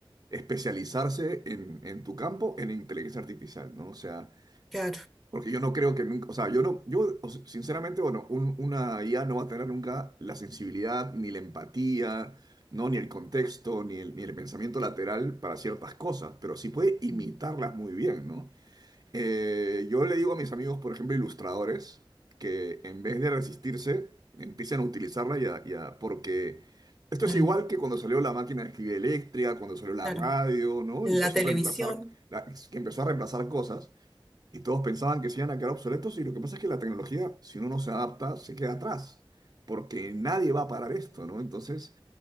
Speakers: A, on the right; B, in the centre.
A: especializarse en, en tu campo, en inteligencia artificial, ¿no? O sea,
B: Claro.
A: Porque yo no creo que nunca, o sea, yo no, yo o sea, sinceramente, bueno, un- una IA no va a tener nunca la sensibilidad, ni la empatía, ¿no? Ni el contexto, ni el, ni el pensamiento lateral para ciertas cosas, pero sí puede imitarlas
B: Mm,
A: muy bien, ¿no? Eh, yo le digo a mis amigos, por ejemplo, ilustradores, que en vez de resistirse, empiecen a utilizarla ya, ya, porque esto es
B: mm,
A: igual que cuando salió la máquina de escribir eléctrica, cuando salió la
B: claro.
A: radio, ¿no?
B: la
A: Y empezó
B: televisión.
A: a reemplazar, la- que empezó a reemplazar cosas. Y todos pensaban que se iban a quedar obsoletos y lo que pasa es que la tecnología, si uno no se adapta, se queda atrás, porque nadie va a parar esto, ¿no? Entonces,